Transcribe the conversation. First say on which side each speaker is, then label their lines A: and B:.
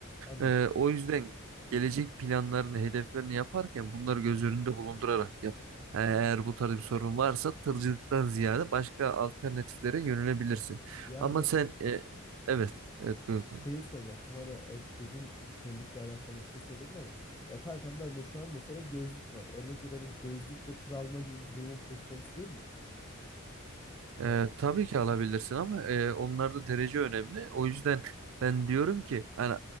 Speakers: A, on the left (about 15°); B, on the right (about 65°).
A: Anladım.
B: Ee, o yüzden gelecek planlarını, hedeflerini yaparken bunları göz önünde bulundurarak yap. Eğer
A: Yani,
B: bu tarz bir sorun varsa tırcılıktan ziyade başka alternatiflere yönelebilirsin.
A: yani
B: Ama sen e, evet, evet buyur.
A: şeyi soracaktım. Hani e, dedin körlükle alakalı bir şey söyledin ama ya kankam ben de şu an mesela gözlük var. Örnek veriyorum gözlükle tır alma gibi bir durumum söz konusu değil mi? Yani.
B: Ee, tabii ki alabilirsin ama e, onlarda derece önemli. O yüzden ben diyorum ki hani